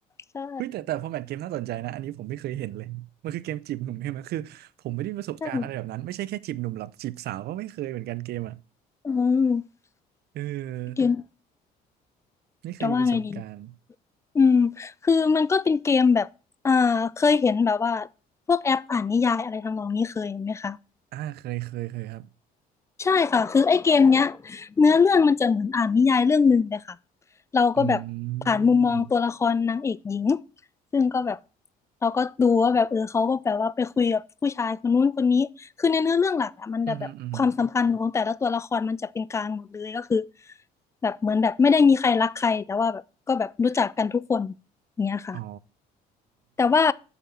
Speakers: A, on the left (about 15°); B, on the right (about 70°).
A: ใช่
B: เฮ้ยแต่แต่ฟอร์แมตเกมน่าสนใจนะอันนี้ผมไม่เคยเห็นเลยมันคือเกมจีบหนุ่มใช่ไหมคือผมไม่ได้มีประสบการณ์อะไรแบบนั้นไม่ใช่แค่จีบหนุ่มหรอกจีบสาวก็ไม่เคยเหมือนกันเกมอ่ะ
A: ใช่อืม
B: เออ
A: เกม
B: ไม่เคยมีประสบการณ์
A: จะว่าไงดีอืมคือมันก็เป็นเกมแบบอ่าเคยเห็นแบบว่าพวกแอปอ่านนิยายอะไรทำนองนี้เคยเห็นไหมคะ
B: อ่าเคยเคยเคยครับ
A: ใช่ค่ะคือไอ้เกมเนี้ยเนื้อเรื่องมันจะเหมือนอ่านนิยายเรื่องหนึ่งเลยค่ะเราก็แบบผ่านมุมมองตัวละครนางเอกหญิง
B: อืม
A: ซึ่งก็แบบเราก็ดูว่าแบบเออเขาก็แบบว่าไปคุยกับผู้ชายคนนู้นคนนี้คือในเนื้อเรื่องหลักอะมันจะแบบความสัมพันธ์ของแต่ละตัวละครมันจะเป็นกลางหมดเลยก็คือ
B: อืมอหืมออือหือ
A: แบบเหมือนแบบไม่ได้มีใครรักใครแต่ว่าแบบก็แบบรู้จักกันทุกคนอย่างเงี้ยค่ะ
B: อ๋อ
A: แต่ว่า